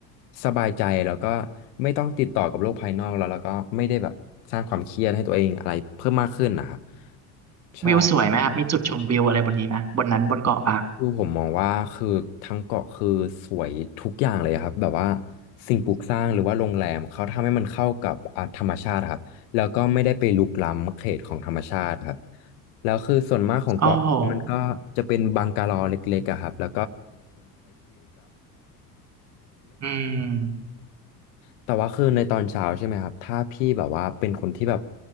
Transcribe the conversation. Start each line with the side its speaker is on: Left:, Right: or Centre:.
Left: สบายใจแล้วก็ไม่ต้องติดต่อกับโลกภายนอกแล้วแล้วก็ไม่ได้แบบสร้างความเครียดให้ตัวเองอะไรเพิ่มมากขึ้นนะครับใช่
Right: วิวสวยไหมครับมีจุดชมวิวอะไรบนนี้ไหมบนนั้นบนเกาะปะ
Left: คือผมมองว่าคือทั้งเกาะคือสวยทุกอย่างเลยครับแบบว่าสิ่งปลูกสร้างหรือว่าโรงแรมเขาทำให้มันเข้ากับอ่าธรรมชาติครับแล้วก็ไม่ได้ไปรุกล้ำเขตของธรรมชาติครับแล้วคือส่วนมากของเกาะนี้มันก็จะเป็นบังกะโลเล็
Right: โอ้โหอืม
Left: แต่ว่าคือในตอนเช้าใช่ไหมครับถ้าพี่แบบว่าเป็นคนที่แบบ